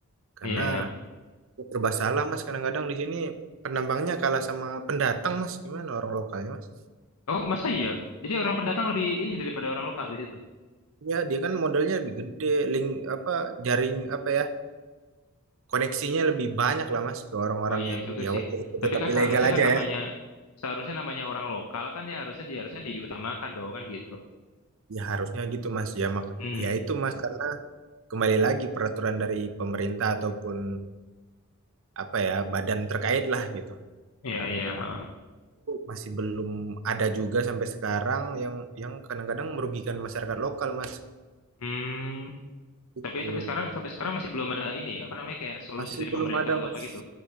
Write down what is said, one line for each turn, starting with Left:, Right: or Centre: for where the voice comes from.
Right: Karena
Left: Iya. iya.
Right: ya serba salah Mas, kadang-kadang di sini penambangnya kalah sama pendatang Mas, gimana orang lokalnya Mas?
Left: Oh, masa iya? Jadi orang pendatang lebih ini daripada orang lokal di situ.
Right: Ya dia kan modalnya lebih gede, link apa jaring apa ya koneksinya lebih banyak lah Mas ke orang-orang
Left: Oh iya
Right: yang
Left: juga
Right: ya
Left: sih.
Right: waktu
Left: Tapi
Right: tetap
Left: kan
Right: ilegal
Left: seharusnya
Right: aja
Left: kan namanya
Right: ya.
Left: seharusnya namanya orang lokal kan ya harusnya dia harusnya diutamakan dong kan gitu.
Right: Ya harusnya gitu Mas ya mak
Left: Hmm.
Right: ya itu Mas kan kembali lagi peraturan dari pemerintah ataupun apa ya badan terkait lah gitu.
Left: Iya, iya. heeh.
Right: masih belum ada juga sampai sekarang yang yang kadang-kadang merugikan masyarakat lokal mas
Left: Hmm.
Right: itu
Left: Tapi tapi sekarang sampai sekarang masih belum ada ini apa namanya kayak solusi
Right: masih
Left: dari
Right: belum
Left: pemerintah
Right: ada
Left: atau
Right: mas
Left: apa gitu.